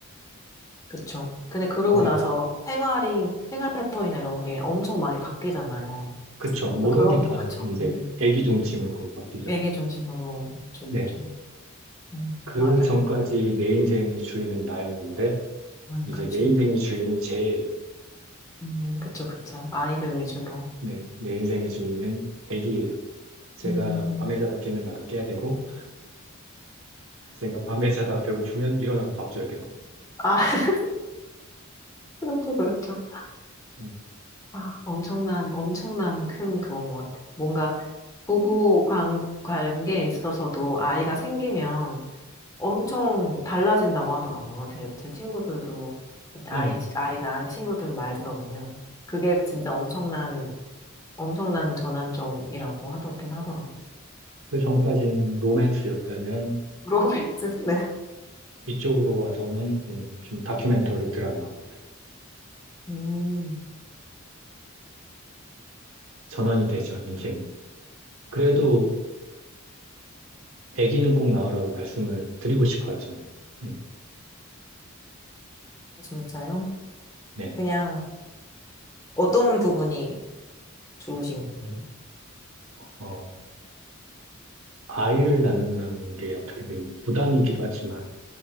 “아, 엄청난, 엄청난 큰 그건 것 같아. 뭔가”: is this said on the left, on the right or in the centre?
Left